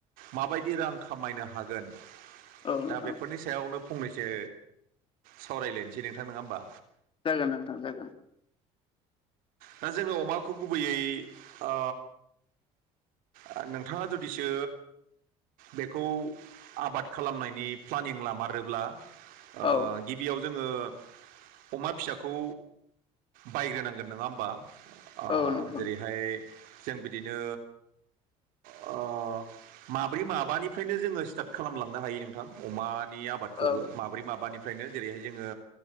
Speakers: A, on the right (about 75°); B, on the left (about 35°).
A: माबायदि रां खामायनो हागोन?
B: औ
A: दा
B: नोंथां
A: बेफोरनि सायावनो फंनैसो सावरायलायनोसै नोंथां नङा होमबा।
B: जागोन नोंथां जागोन।
A: दा जोङो अमाखौ गुबैयै आ आ नोंथाङा जुदिसो बेखौ आबाद खालामनायनि प्लानिं लामारोब्ला ओ
B: औ
A: गिबियाव जोङो अमा फिसाखौ बायग्रोनांगोन नाङा होम बा आ
B: औ नोंथां
A: जेरै'हाय जों बिदिनो अ माब्रै माबानिफ्रायनो जोङो स्टार्ट खालामलांनो हायो नोंथां अमानिया आ आबादखौबो
B: औ
A: माब्रै माबानिफ्रायनो जेरै'हाय जोङो